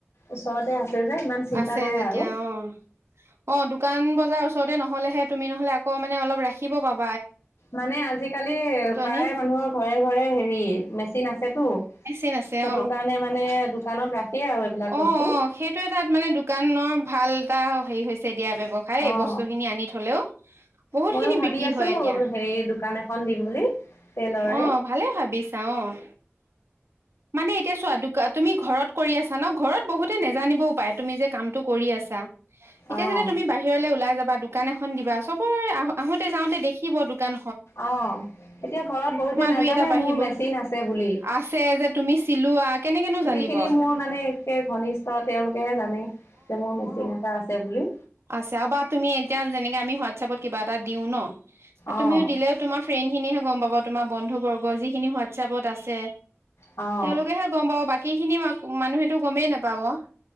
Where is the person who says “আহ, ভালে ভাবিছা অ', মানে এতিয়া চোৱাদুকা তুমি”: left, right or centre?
Right